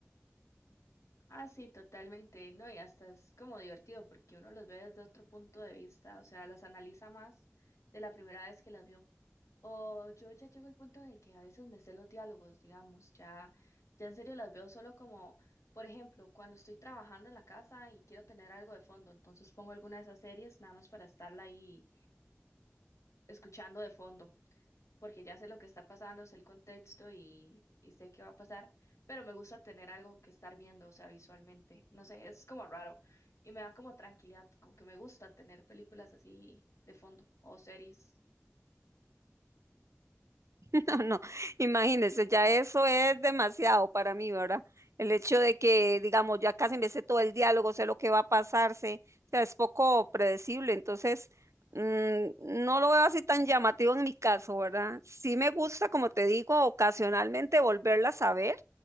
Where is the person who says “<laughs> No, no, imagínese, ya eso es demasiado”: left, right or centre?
Right